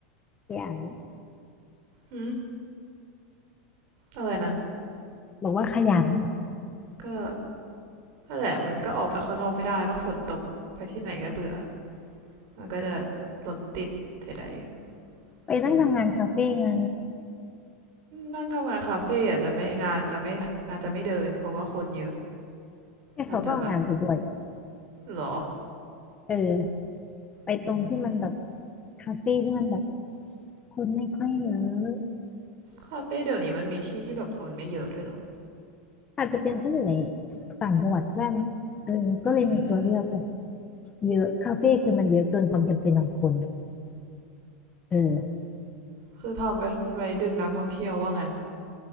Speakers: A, on the left (about 15°); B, on the right (about 45°).
A: ขยัน
B: หืมอะไรนะ
A: บอกว่าขยัน
B: ก็นั่นแหละมันก็ออกไปข้างนอกไม่ได้ป่ะฝนตกไปที่ไหนก็เบื่อ มันก็จะรถติดใดๆอืม
A: ไปนั่งทำงานคาเฟ่ไง
B: นั่งทำงานคาเฟ่อาจจะไม่งานจะไม่งานจะไม่เดินเพราะว่าคนเยอะ
A: เนี่ยเขาก็เอางานไปด้วย
B: มันจะแบบหรอ
A: เออไปตรงที่มันแบบ
B: อืม
A: คาเฟ่ที่มันแบบคนไม่ค่อยเยอะ
B: คาเฟ่เดี๋ยวนี้มันมีที่ที่แบบคนไม่เยอะด้วยหรอ
A: อาจจะเป็นเพราะอยู่ในต่างจังหวัดได้มั้งเออก็เลยมีตัวเลือกแบบ
B: อืม
A: เยอะคาเฟ่คือมันเยอะเกินความจำเป็นของคนเออ
B: คือทำไว้ไว้ดึงนักท่องเที่ยวว่างั้น